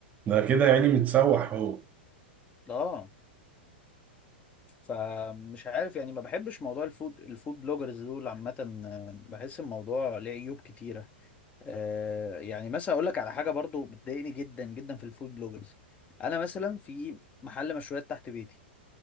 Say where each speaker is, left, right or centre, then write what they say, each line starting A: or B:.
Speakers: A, on the right; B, on the left.
A: ده كده يعني متسوح هو
B: اه فمش عارف يعني ما بحبش موضوع الفود الفود بلوجرز دول عامة آه، بحس الموضوع ليه عيوب كتيرة آه، يعني مثلا اقول لك على حاجة برضو بتضايقني جدا جدا في الفود بلوجرز انا مثلا في محل مشويات تحت بيتي